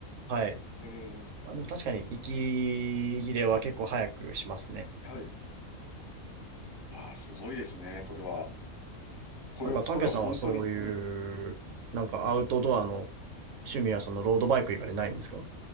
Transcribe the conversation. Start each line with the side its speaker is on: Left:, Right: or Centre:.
Right: はい。
Left: ええ、
Right: まあ、でも確かに息切れは結構早くしますね。
Left: はい。ああ、すごいですね、それは。これは、
Right: なんか、たけさんはそういう、
Left: それは本当に、うん。
Right: なんかアウトドアの趣味はそのロードバイク以外ないんですか